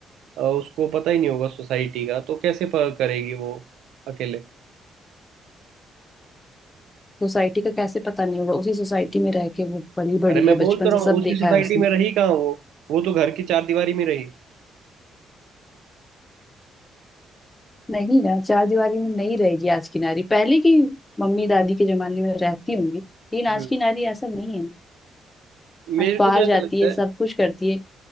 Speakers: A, on the right (about 85°); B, on the left (about 20°).
A: अ, उसको पता ही नहीं होगा सोसाइटी का तो कैसे प- करेगी वो अकेले
B: सोसाइटी का कैसे पता नहीं होगा उसी सोसाइटी में रह के वो पली बड़ी
A: अरे मैं
B: है बचपन
A: बोल तो
B: से
A: रहा हूँ
B: सब
A: उसी
B: देखा
A: सोसाइटी
B: है उसने
A: में रही कहाँ वो वो तो घर की चार दीवारी में रही
B: नहीं ना चार दीवारी में नहीं रहेगी आज की नारी पहले की मम्मी दादी के जमाने में रहती होंगी लेकिन आज
A: हम्म
B: की नारी ऐसा नहीं है आज
A: मेरे
B: बाहर
A: को तो
B: जाती
A: ऐसा लगता
B: है
A: है
B: सब कुछ करती है